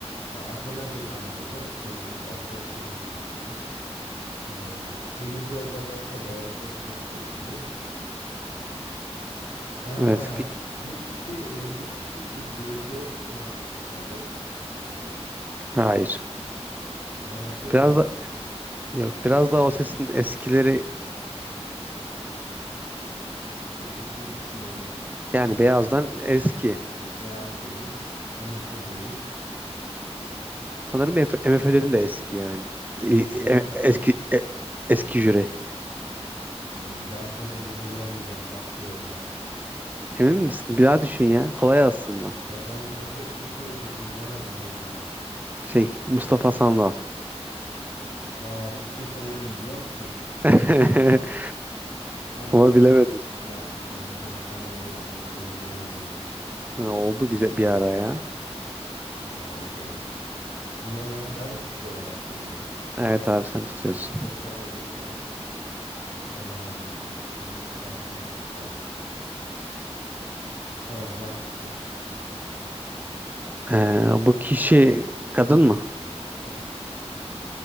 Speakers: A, on the left; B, on the right.
A: Ya Athena Gökhan dedim. Değil. Saçları turuncu değilmiş. Ee, TV programı yoksa Beyazıt Öztürk değilmiş. Ee,
B: Evet. bir-
A: bu kişi e, üç kişilik bir grubu mu sahip?
B: Hayır.
A: MFÖ
B: Biraz
A: değil.
B: da Yok biraz da o sesin eskileri
A: O sesin eskileri.
B: Yani
A: Şimdi
B: beyazdan
A: Burak Boz
B: eski.
A: değil. Athena değil. Beyaz değil. MFÖ değil.
B: Sanırım MFÖ'den de eski yani. E-
A: MFÖ'den
B: e-
A: değil.
B: Eski e- eski jüri.
A: Hmm, ben sanırım bunu bilemeyeceğim. Pas diyorum ya.
B: Emin misin? Bir daha düşün ya. Kolay aslında.
A: Ya ben O Ses Türkiye'yi çok izlemedim o yüzden.
B: Şey, Mustafa Sandal.
A: Aa çok da severim biliyor musun?
B: <laughs>
A: Abi
B: Ama
A: ve
B: bilemedin.
A: bilmiyordum gerçekten Mustafa Sandal'ın o seste jüri olduğunu.
B: Ha, oldu bize bir ara ya.
A: Aa, okey. Şimdi o zaman ben mi tutuyorum aklımda?
B: Evet abi sen tutuyorsun.
A: Bir 0 sen öndesin. Eee, kimi tutsam kimi tutsam. Tamam ben tuttum.
B: Ee,
A: Ya
B: bu kişi
A: bu kişi
B: kadın
A: kadın.
B: mı?
A: Hayır.